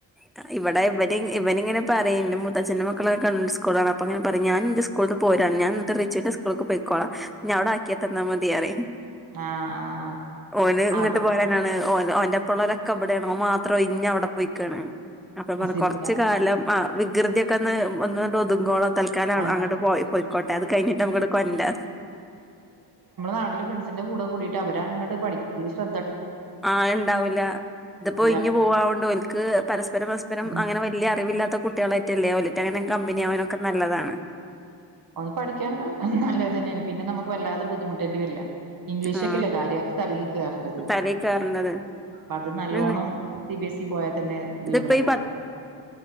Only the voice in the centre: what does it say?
താ ഇവടെ ഇവടിം ഇവനിങ്ങനെ പറയ്ണ്ട് മുത്തച്ഛന്റെ മക്കളൊക്കെ കണ്ട് സ് കൂളാണ് അപ്പൊ ഞാൻ പറിം ഞാൻ ന്റെ സ്കൂൾന്ന് പോരാ ഞാ ന്നിട്ട് റിച്ചൂന്റെ സ്കൂൾക്ക് പെയ്‌ക്കോളാ ന്നെവ്ടാക്കിത്തന്നാ മതിന്നറിം
ഓന്
ങ്ങ്ട്ട് പോരാനാണ് ഓൻ ഓന്റൊപ്പള്ളോലോക്കെ ബടേണ് ഓമാത്രം ഒയ്ഞ്ഞവടെ പോയ്ക്കാണ് അപ്പൊ ഞ പർഞ്
കൊർച്ച്
കാലം ആ വികൃതിയൊക്കൊന്ന് ഒന്ന് ഒതുങ്ങോളം തൽക്കാലം
അങ്ങട്ട് പോയി പൊയ്‌ക്കോട്ടെ അത് കയിഞ്ഞിട്ട് മ്മക്ക്ണ്ട് കൊണ്ട്രാ
ആഹ്ണ്ടാവൂല ത്പ്പോ ഒയ്ഞ്ഞ്
പോവാ വോണ്ട് ഓൽക്ക് പരസ് പര പരസ്പരം
അങ്ങനെ വല്ല്യ അറിവില്ലാത്ത കുട്ട്യേളേറ്റല്ലേ ഓല്ക്കയ്ന് കമ്പനിയാവാനൊക്കെ നല്ലതാണ്
ആ
തലേ കേറണ്ടത്
ന്നെ
ഇതിപ്പോ
ഈ